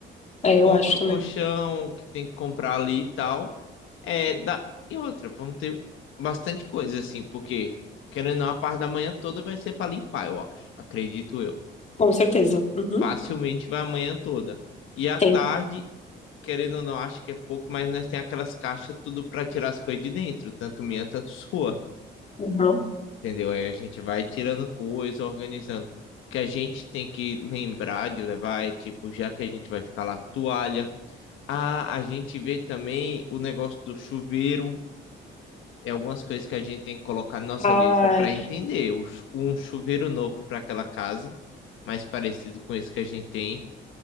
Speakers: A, on the left; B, on the left.
A: É,
B: Compra
A: eu acho também.
B: o colchão que tem que comprar ali e tal. É, dá... E outra, vamos ter bastante coisa assim, porque querendo ou não, a parte da manhã toda vai ser para limpar, eu acho. Acredito eu.
A: Com certeza. Uhum,
B: facilmente vai a manhã toda. E à
A: tem.
B: tarde, querendo ou não, acho que é pouco, mas nós tem aquelas caixas tudo para tirar as coisas de dentro, tanto minha, tanto sua,
A: Uhum.
B: entendeu? Aí a gente vai tirando coisa, organizando. O que a gente tem que lembrar de levar é tipo, já que a gente vai ficar lá, toalha. Ah, a gente vê também o negócio do chuveiro. É algumas coisas que a gente tem que colocar na nossa
A: Ah,
B: lista para entender. O chu- Um chuveiro novo para aquela casa, mais parecido com esse que a gente tem.